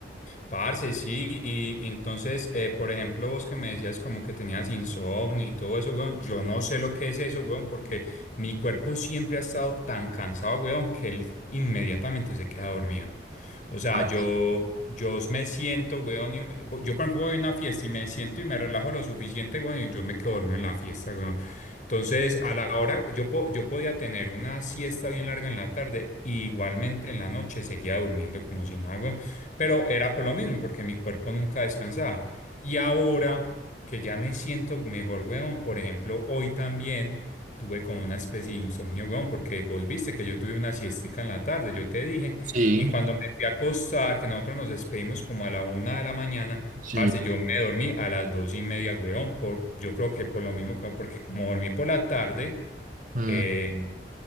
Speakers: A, on the left; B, on the right.
A: Parce, sí, y, y entonces, eh, por ejemplo, vos que me decías como que tenías insomnio y todo eso, weón, yo no sé lo que es eso, weón, porque mi cuerpo siempre ha estado tan cansado, weón, que él inmediatamente se queda dormido. O sea,
B: Ah,
A: yo, yo me siento, weón, y- yo por ejemplo voy a una fiesta y me siento y me relajo lo suficiente, weón, y yo me quedo dormido en la fiesta, weón. Entonces, a la hora, yo, po- yo podía tener una siesta bien larga en la tarde, y igualmente en la noche seguía durmiendo como sin agua. Pero era por lo mismo, porque mi cuerpo nunca descansaba. Y ahora que ya me siento mejor, weón, por ejemplo, hoy también tuve como una especie de insomnio, weón, porque vos viste que yo tuve una siestica en la tarde, yo te dije,
B: Sí,
A: y cuando me fui a acostar, que nosotros nos despedimos como a la una de la mañana,
B: sí.
A: parce, yo me dormí a las dos y media, weón, por, yo creo que por lo mismo, que- porque como dormí por la tarde,
B: Mm,
A: eh,